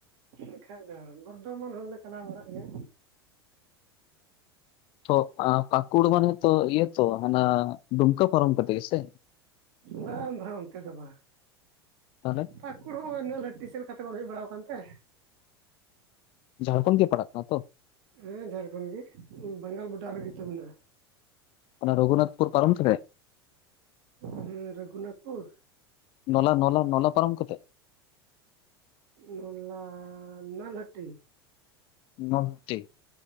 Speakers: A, on the right; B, on the left.
A: ᱮᱱᱠᱷᱟᱱ ᱫᱚ ᱵᱚᱨᱫᱷᱚᱢᱟᱱ ᱦᱚᱸᱞᱮ ᱪᱟᱞᱟᱣ ᱵᱟᱲᱟᱜ ᱜᱮᱭᱟ᱾
B: ᱛ ᱯᱟᱠᱩᱲ ᱢᱟᱱᱮ ᱛᱚ ᱤᱭᱟᱹ ᱛᱚ ᱦᱟᱱᱟ ᱫᱩᱢᱠᱟᱹ ᱯᱚᱨᱚᱢ ᱠᱟᱛᱮ ᱜᱮ ᱥᱮ?
A: ᱵᱟᱝ ᱵᱟᱝ ᱚᱱᱛᱮ ᱫᱚ ᱵᱟᱝ᱾
B: ᱛᱟᱦᱚᱞᱮ
A: ᱯᱟᱹᱠᱩᱲ ᱦᱚᱸᱜᱚᱭ ᱱᱟᱹᱞᱦᱟᱹᱴᱤ ᱥᱮᱫ ᱞᱮᱠᱟᱛᱮ ᱵᱟᱢ ᱦᱮᱡ ᱵᱟᱲᱟᱳ ᱟᱠᱟᱱᱛᱮ ᱾
B: ᱡᱷᱟᱲᱠᱷᱚᱱ ᱜᱮ ᱯᱟᱲᱟᱜ ᱠᱟᱱᱟ ᱛᱚ?
A: ᱦᱮᱸ ᱡᱷᱟᱲᱠᱷᱚᱸᱰ ᱜᱮ ᱵᱟᱝᱜᱟᱞ ᱵᱳᱰᱟᱨ ᱨᱮᱜᱮ ᱛᱚ ᱢᱮᱱᱟᱜᱼᱟ᱾
B: ᱚᱱᱟ ᱨᱚᱜᱷᱩᱱᱟᱛ ᱯᱩᱨ ᱯᱟᱨᱚᱢ ᱠᱟᱛᱮ?
A: ᱦᱮᱸ ᱨᱚᱜᱷᱩᱱᱟᱛ ᱯᱩᱨ
B: ᱱᱚᱞᱟ ᱱᱚᱞᱟ ᱱᱚᱞᱟ ᱯᱟᱨᱚᱢ ᱠᱟᱛᱮᱜ?
A: ᱱᱚᱞᱟ ᱱᱟᱞᱦᱟᱹᱴᱤ
B: ᱱᱚᱞᱦᱟᱹᱴᱤ